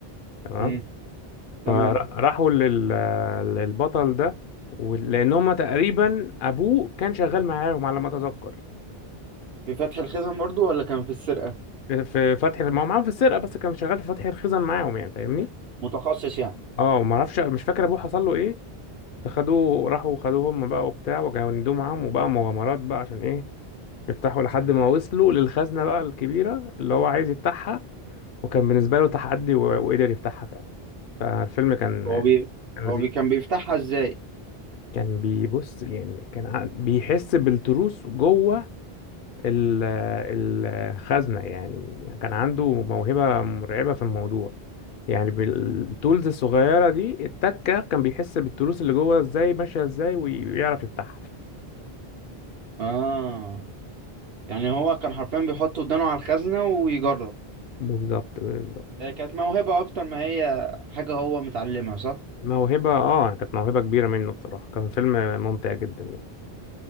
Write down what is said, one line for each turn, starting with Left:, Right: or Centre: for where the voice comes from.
Left: تمام
Right: امم تمام
Left: فراحوا لل... للبطل ده ول- لان هما تقريبا ابوه كان شغال معاهم على ما اتذكر
Right: في فتح الخزن برضو ولا كان في السرقة
Left: في في فتح ما هو معاهم في السرقة بس كان شغال في فتح الخزن معاهم يعني فاهمني
Right: متخصص يعني
Left: اه ما اعرفش مش فاكر ابوه حصل له ايه فخدوه راحوا خدوه هم بقى وبتاع وجندوه معاهم وبقى مغامرات بقى عشان ايه يفتحوا لحد ما وصلوا للخزنة بقى الكبيرة اللي هو عايز يفتحها وكان بالنسبة له تحدي و- وقدر يفتحها فعلا فالفيلم كان
Right: هو بي
Left: كان
Right: هو
Left: لذيذ
Right: بي كان بيفتحها ازاي
Left: كان بيبص يعني كان عن- بيحس بالتروس جوه ال- الخزنة يعني كان عنده موهبة مرعبة في الموضوع يعني بالتولز الصغيرة دي التكة كان بيحس بالتروس اللي جوه ازاي ماشية ازاي ويعرف يفتحها
Right: اه يعني هو كان حرفيا بيحط ودانه على الخزنة ويجرب
Left: بالظبط بالظبط
Right: هي كانت موهبة أكتر ما هي حاجة هو متعلمها صح؟
Left: موهبة اه كانت موهبة كبيرة منه بصراحة كان فيلم ممتع جدا يعني